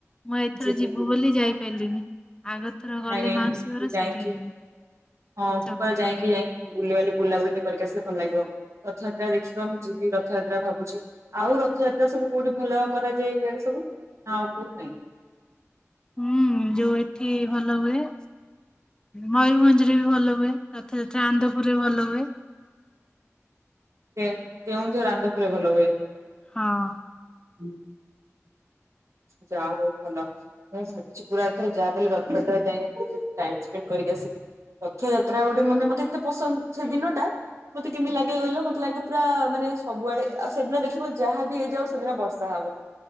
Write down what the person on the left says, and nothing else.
ମୁଁ ଏଇଥର
ଯିବୁ
ବୋଲି ଯାଇପାରିଲିନି ଆଗଥର ଗଲେ
ମାଉସୀ
ଘର
ସେଇଠିକି ଯିବି।
ଚପରତ
ହୁଁ ଯୋଉ ଏଠି ଭଲ ହୁଏ ମୟୂରଭଞ୍ଜ ରେ ବି ଭଲ ହୁଏ ରଥଯାତ୍ରା ଆନ୍ଦପୁରରେ ଭଲ ହୁଏ।
ହଁ।